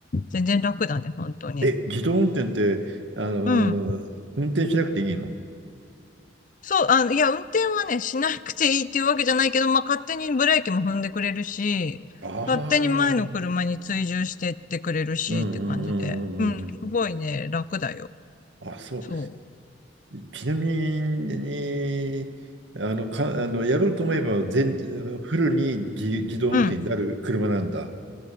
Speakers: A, on the left; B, on the right.
A: 全然楽だね、本当に。
B: え、自動運転って、あの
A: うん。
B: ー運転しなくていいの
A: そう、あ、いや、運転はね、しなくていいっていうわけじゃないけど、まあ、勝手にブレーキも踏んでくれるし、
B: あ
A: 勝手に前の車に追従してってくれるしって感じで。
B: あー、うんうんうんうんうんうん。
A: うん、すごいね、楽だよ。
B: あ、そう。
A: そ
B: ちなみに、あの、か、あの、やろうと思えば全、フルに自、自動運転になる車なんだ。
A: う。うん。